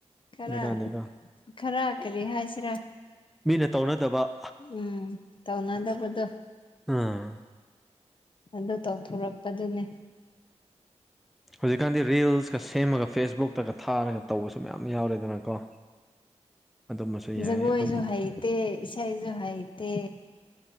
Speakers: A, on the left; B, in the centre.
A: ꯈꯔ
B: ꯍꯧꯖꯤꯛꯀꯥꯟꯗꯤꯀꯣ
A: ꯈꯔ ꯀꯔꯤ ꯍꯥꯏꯁꯤꯔꯥ
B: ꯃꯤꯅ ꯇꯧꯅꯗꯕ
A: ꯎꯝ ꯇꯧꯅꯗꯕꯗꯨ
B: ꯑꯥ
A: ꯑꯗꯨ ꯇꯧꯊꯣꯔꯛꯄꯗꯨꯅꯦ
B: ꯍꯧꯖꯤꯛꯀꯥꯟꯗꯤ ꯔꯤꯜꯁꯀ ꯁꯦꯝꯃꯒ ꯐꯦꯁꯕꯨꯛꯇꯒ ꯊꯥꯔꯒ ꯇꯧꯕꯁꯨ ꯃꯌꯥꯝ ꯌꯥꯎꯔꯦꯗꯅꯀꯣ ꯑꯗꯨꯝꯕꯁꯨ ꯌꯥꯏ
A: ꯖꯒꯣꯏꯁꯨ
B: ꯑꯗꯨꯝ
A: ꯍꯩꯇꯦ ꯏꯁꯩꯁꯨ ꯍꯩꯇꯦ